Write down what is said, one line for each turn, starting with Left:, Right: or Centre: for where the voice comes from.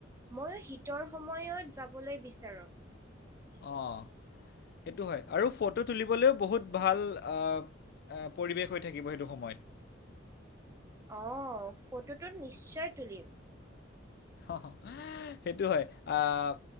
Right: মইয়ো শীতৰ সময়ত যাবলৈ বিচাৰোঁ। <inaudible>
Left: অ', সেইটো হয় আৰু ফটো তুলিবলৈও বহুত ভাল আহ পৰিৱেশ হৈ থাকিব সেইটো সময়ত।
Right: অ', ফটোটো নিশ্চয় তুলিম।
Left: অ', সেইটো হয়। আহ